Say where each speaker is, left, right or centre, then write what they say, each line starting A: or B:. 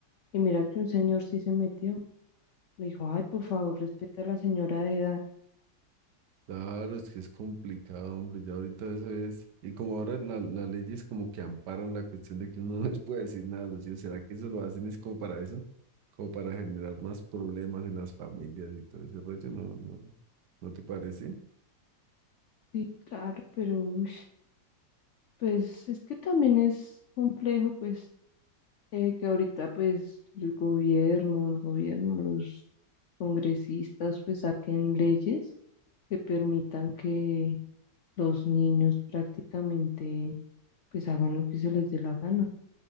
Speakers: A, on the left; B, on the right.
A: Y mira que un señor sí se metió. Le dijo, ay, por favor, respeta a la señora de edad.
B: Claro, es que es complicado, hombre. Ya ahorita eso es. Y como ahora la- las leyes como que amparan la cuestión de que uno <laughs> no les puede decir nada a los hijos, ¿será que eso lo hacen es como para eso? Como para generar más problemas en las familias y todo ese rollo, ¿no? ¿No, no te parece?
A: Sí, claro, pero uy, pues es que también es complejo, pues eh, que ahorita pues el gobierno, el gobierno, los congresistas pues saquen leyes que permitan que los niños prácticamente pues hagan lo que se les dé la gana,